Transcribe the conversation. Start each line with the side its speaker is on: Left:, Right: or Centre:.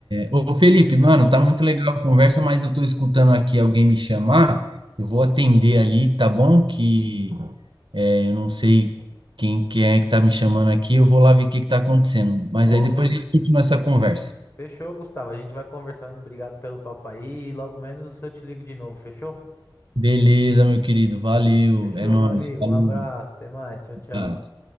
Right: Ô Felipe, mano,
Left: Ô,
Right: tá muito legal a conversa, mas eu tô escutando aqui alguém me chamar. Eu vou atender ali, tá bom? Que é, eu não sei quem, quem é que tá me chamando aqui. Eu vou lá ver o que que tá acontecendo. Mas
Left: ô,
Right: aí depois
Left: fech-
Right: a gente continua essa conversa.
Left: fechou, Gustavo. A gente vai conversando. Obrigado pelo papo aí. E logo menos eu te ligo de novo, fechou?
Right: Beleza, meu querido. Valeu.
Left: Fechou,
Right: É nóis.
Left: meu amigo.
Right: Falou.
Left: Um abraço. Até mais. Tchau, tchau.
Right: Tá.